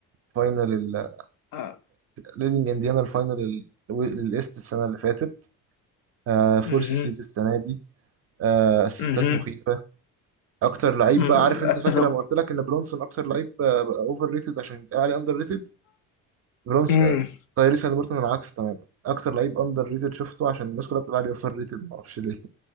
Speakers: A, on the right; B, on the left.
A: الفاينل ال-
B: آه.
A: ليدنج انديانا الفاينل ال- الايست السنه اللي فاتت آه فورس
B: مهم.
A: سيد السنه دي آه اسيستات
B: مهم.
A: مخيفه اكتر لعيب
B: مم.
A: بقى عارف انت
B: اتفق
A: فاكر لما قلت لك ان برونسون اكتر لعيب اوفر ريتد عشان يتقال عليه اندر ريتد برونس
B: مم.
A: آه، تايريس هاليبرتون العكس تماما اكتر لعيب اندر ريتد شفته عشان الناس كلها بتبقى عليه اوفر ريتد معرفش ليه